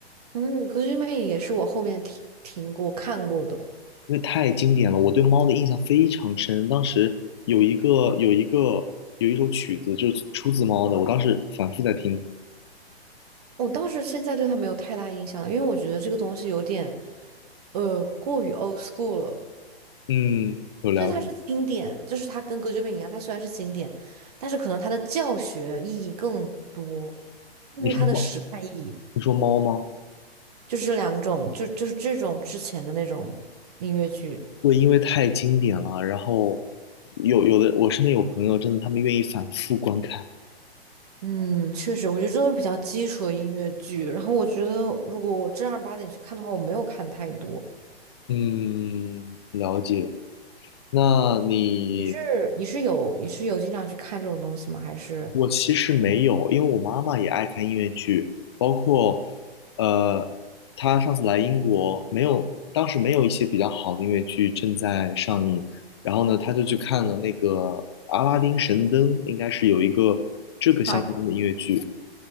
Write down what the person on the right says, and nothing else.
嗯，《歌剧魅影》也是我后面听听过看过的。
我倒是现在对他没有太大印象了，因为我觉得这个东西有点，呃，过于 old school 了。
就是它是经典，就是它跟歌剧魅影一样，它虽然是经典，但是可能它的教学意义更多，因为它的时代意义，
就是这两种，就就是这种之前的那种音乐剧。
嗯，确实，我觉得这都是比较基础的音乐剧。然后我觉得，如果我正儿八经去看的话，我没有看太多。
你是你是有你是有经常去看这种东西吗？还是
话